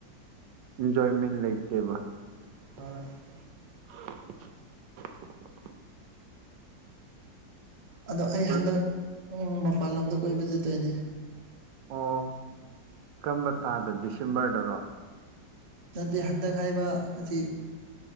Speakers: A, on the right (about 75°); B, on the right (about 35°).
A: ꯏꯟꯖꯣꯏꯃꯦꯟ ꯂꯩꯇꯦꯕ
B: <unintelligible>
A: <unintelligible>
B: ꯑꯗꯣ ꯑꯩ
A: ꯄꯨꯜ-
B: ꯍꯟꯗꯛ ꯃꯄꯥꯟ ꯂꯝꯗ ꯀꯣꯏꯕ ꯆꯠꯇꯣꯏꯅꯦ
A: ꯑꯣ ꯀꯔꯝꯕ ꯇꯥꯗ ꯗꯤꯁꯦꯝꯕꯔꯗꯔꯣ
B: ꯅꯠꯇꯦ ꯍꯟꯗꯛ ꯍꯥꯏꯕ ꯑꯁꯤꯖꯤꯛ